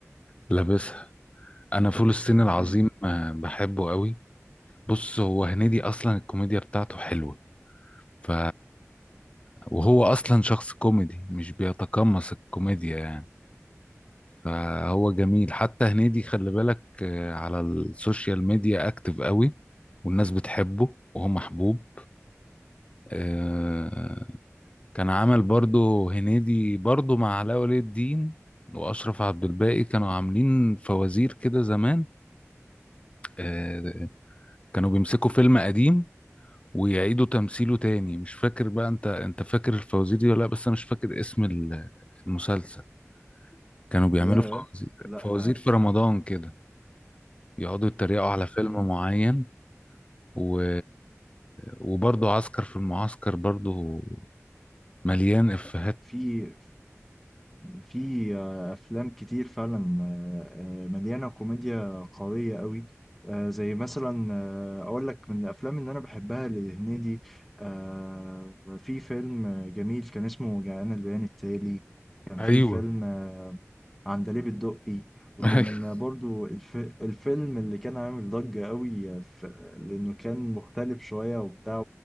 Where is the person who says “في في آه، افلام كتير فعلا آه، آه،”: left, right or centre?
Centre